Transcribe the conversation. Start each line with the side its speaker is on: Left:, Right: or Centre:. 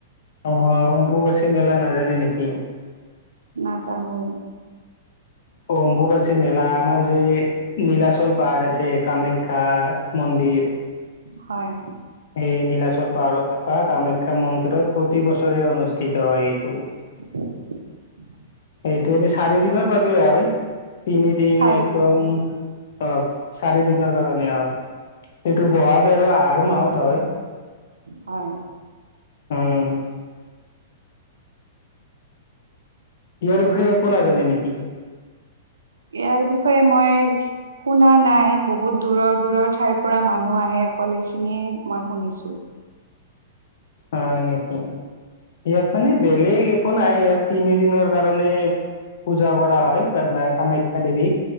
Left: আহ অম্বুবাচী মেলা নাজানে নেকি
Right: নাজানো
Left: অম্বুবাচী মেলা আমাৰ যে নীলাচল পাহাৰ আছে কামাখ্যা। শষা মন্দিৰ।
Right: হয়।
Left: এই নীলাচল পাহাৰত থকা কামাখ্যা মন্দিৰত প্ৰতি বছৰে অনুষ্ঠিত হয় এইটো
Right: <inaudible>
Left: এইটো এ চাৰি দনৰৰ
Right: হয়
Left: বাবে হয় তিনি দিন
Right: চাৰিদিন
Left: একদম অঁ চাৰি দিনৰ কাৰণে হয় সেইটো বহাগ আৰু আহাৰ মাহত হয়
Right: হয়
Left: উম। ইয়াৰ বিষয়ে একো নাজানে নেকি।
Right: ইয়াৰ বিষয়ে মই শুনা নাই বহুত দূৰৰ দূৰৰ ঠাইৰ পৰা মানুহ আহে অকল এইখিনিয়ে মই শুনিছো।
Left: অঁ নেকি! ইয়াত মানে বেলেগ একো নাই ইয়াত তিনি দিনৰ কাৰণে। পূজা কৰা হয়। তাৰ কামাখ্যা দেৱীক